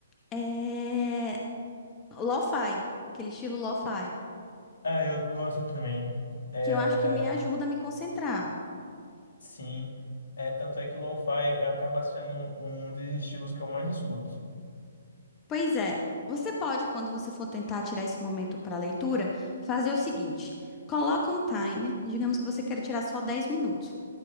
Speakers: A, on the left (about 20°); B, on the left (about 65°).
A: é, lo-fi, aquele estilo lo-fi.
B: Ah, eu gosto também. É,
A: que eu acho que me ajuda a me concentrar.
B: Sim, é tanto é que lo-fi é, acaba sendo um, um dos estilos que eu mais escuto.
A: Pois é, você pode, quando você for tentar tirar esse momento para leitura, fazer o seguinte: coloca um timer, digamos que você queira tirar só 10 minutos.